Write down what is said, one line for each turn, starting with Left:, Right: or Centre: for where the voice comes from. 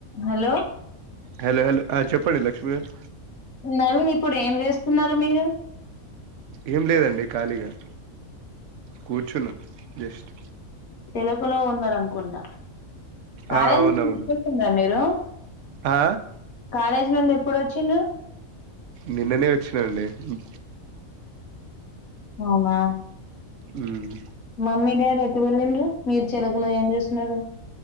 Left: Hello
Right: hello hello చెప్పండి లక్ష్మీ గారు
Left: నవీన్ ఇప్పుడు ఏం చేస్తున్నారు మీరు
Right: ఏం లేదండి ఖాళీగా కూర్చున్నా జస్ట్
Left: తెలుగులో ఉన్నారనుకుంటా కాలేజీ
Right: ఆ అవునవును
Left: ను ఇంటికి వచ్చిరా మీరు
Right: ఆ
Left: మనేజ్మెంట్ ఎప్పుడు వచ్చింది
Right: నిన్ననే వచ్చినండి అ
Left: అవునా
Right: హమ్
Left: మమ్మీ డాడీ ఎటు వెళ్ళండ్రు మీరు చిలకలో ఏం చేస్తున్నారు